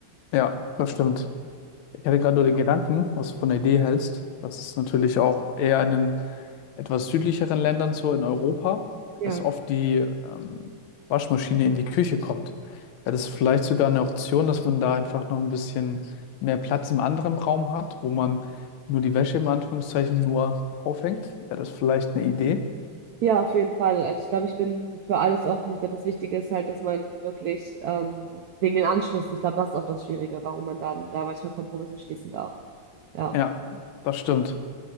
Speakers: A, on the left (about 80°); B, on the right (about 80°).
A: Ja, das stimmt. Ich hatte gerade nur den Gedanken, was du von der Idee hältst, dass es natürlich auch eher in den etwas südlicheren Ländern so in Europa,
B: Ja.
A: dass oft die ähm, Waschmaschine in die Küche kommt. Wäre das vielleicht sogar eine Option, dass man da einfach noch ein bisschen mehr Platz im anderen Raum hat, wo man nur die Wäsche im Anführungszeichen nur aufhängt? Wäre das vielleicht eine Idee?
B: Ja, auf jeden Fall. Also ich glaube, ich bin für alles offen. Ich glaube, das Wichtige ist halt, dass man wirklich ähm, wegen den Anschlüssen, ich glaube, das ist auch das Schwierige, warum man da, da manchmal Kompromisse schließen darf. Ja,
A: Ja, das stimmt.